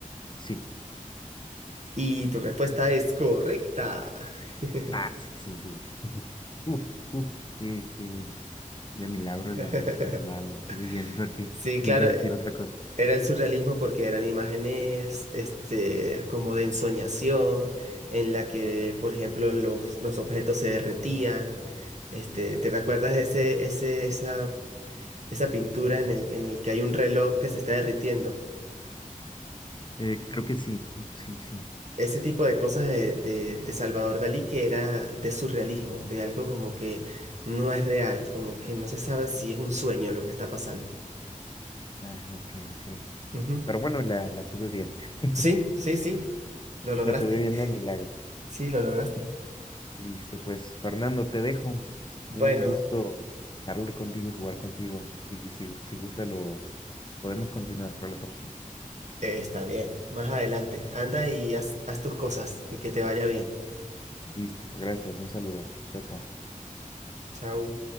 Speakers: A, on the left; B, on the right.
A: Sí.
B: Y tu respuesta es correcta. <laughs>
A: Ah, sí, sí, sí. <laughs> Uf, uf, que, que de milagro
B: <laughs>
A: la, la, la estuve viendo porque
B: Sí,
A: yo
B: claro,
A: iba a decir
B: e-
A: otra cosa.
B: era el surrealismo porque eran imágenes, este, como de ensoñación, en la que, por ejemplo, los, los objetos se derretían. Este, ¿te recuerdas ese, ese, esa, esa pintura en el, en el que hay un reloj que se está derritiendo?
A: Eh, creo que sí, sí, sí.
B: Ese tipo de cosas de, de, de Salvador Dalí que era de surrealismo, de algo como que no es real, como que no se sabe si es un sueño lo que está pasando.
A: Ah, ok, ok.
B: Ujú.
A: Pero bueno, la, la tuve bien. <laughs>
B: Sí, sí, sí, lo lograste.
A: La tuve bien de milagro.
B: Sí, lo lograste.
A: Listo, pues Fernando, te dejo.
B: Bueno,
A: Un gusto hablar contigo y jugar contigo. Si, si, si gusta, lo podemos continuar para la próxima.
B: eh, está bien. Más adelante. Anda y haz, haz tus cosas y que te vaya bien.
A: Listo, gracias, un saludo. Chao, chao.
B: Chao.